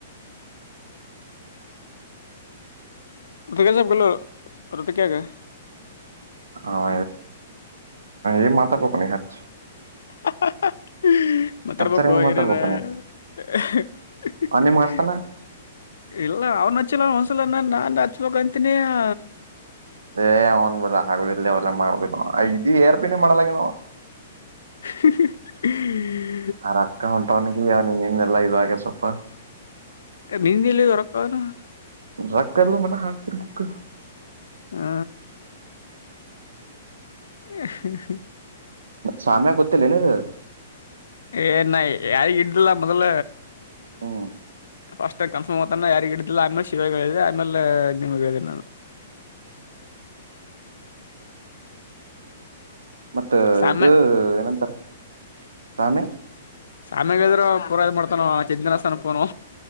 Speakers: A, on the left; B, on the right.
A: ರುತಿಕ ಜಬ್ಬುಲು ರುತಿಕಗ್ಯ.
B: <unintelligible> ಏನ್ ಮಾತಾಡ್ಬೇಕ್ ಅವ್ನಿಗ್ ಹಚ್ಚಿ
A: ಅ ಹ್ ಹ್ ಹ್ಮ್ ಮತ್ತರ್ಬೇಕು
B: ಹಚ್ಚರ ಹೆಂಗ್ ಮಾತಾಡ್ಬೇಕು
A: ಏನೇನ
B: ನೀ
A: ಅಹ್ ಹಿ ಹಿ
B: ಅವ್ ನಿಮ್ಗ್ ಹಚ್ತಾನ
A: ಹಿ ಇಲ್ಲ ಅವ್ನು ಹಚ್ಚಿಲ್ಲ ಒಂದ್ಸಲನ ನಾನು ಹಚ್ಬೇಕಂತನಿ ಆ.
B: ಏ ಅವ್ನ್ ಬಲ್ಲ ಆಗುದ ಇಲ್ಲಿ ಅವಲ್ಲ ಮಾ <unintelligible> ಮಾಡಲಾಗ್ಯಾದ್ ಅವ.
A: ಹಿ ಹಿ ಹಿ
B: ಆರಕ್ಕ ಹೊಂಟವನಗಿ <unintelligible> ನಿಮ್ಮಿಂದೆಲ್ಲಾ ಇದಾಗ್ಯದ್ ಸ್ವಲ್ಪ.
A: ಏಯ್ ನಿಂದಿಲ್ಲಿ ಅವ್ರಪ್ಪ <unintelligible>
B: ರೊಕ್ಕಲ್ಲ ಮನ ಹಾಕ್ತಿರ್ಬೇಕ.
A: ಹ್ಮ ಅಹ್ ಹ್ ಹ್
B: ಸಾಮ್ಯ ಗೊತ್ತಿಲ್ಲೆನ್ ನಿನ
A: ಏ ನ ಯಾರಿಗ್ ಇದ್ಲ ಮೊದಲ.
B: ಹ್ಮ್
A: ಫಸ್ಟ್ ಟೈಮ ಕನ್ಫರ್ಮ್ತಾನ ಯಾರಿಗಿಡ್ದಿಲ್ಲ ಆಮೇ ಶಿವಗ್ ಹೇಳಿದೆ ಆಮೇಲೆ ನಿಮಗೆ ಹೇಳಿದ್ ನಾನು.
B: ಮತ್ತ
A: ಸಾಮ್ಯ
B: ಇದು ಏನಂತಾರೆ ಸಾಮಿ.
A: ಸಾಮ್ಯಾಗದ್ರ ಪೂರಾ ಮಾಡ್ತಾನವ <unintelligible> ಫೋನು.